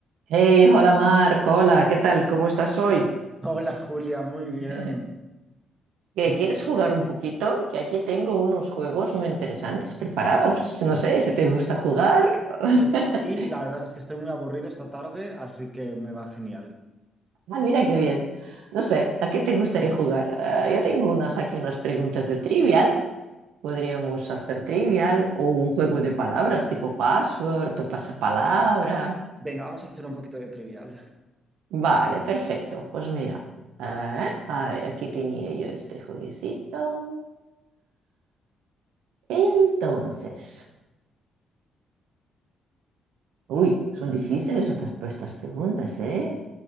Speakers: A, on the right; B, on the right.
A: Hey, hola Marco, hola, ¿qué tal? ¿Cómo estás hoy?
B: Hola Julia, muy bien,
A: <laughs> ¿Qué,
B: muy
A: quieres
B: bien.
A: jugar un poquito? Que aquí tengo unos juegos muy interesantes preparados. No sé si te gusta jugar. <laughs>
B: Eh, Sí, la verdad es que estoy muy aburrido esta tarde, así que me va genial.
A: Ah, mira qué bien. No sé, ¿a qué te gustaría jugar? Ah, yo tengo unas aquí, unas preguntas de trivial. Podríamos hacer trivial o un juego de palabras tipo password o pasapalabra.
B: Venga, vamos a hacer un poquito de trivial.
A: Vale, perfecto. Pues mira, ah, a ver, aquí tenía yo este jueguecito. Entonces. Uy, son difíciles estas, estas preguntas, ¿eh?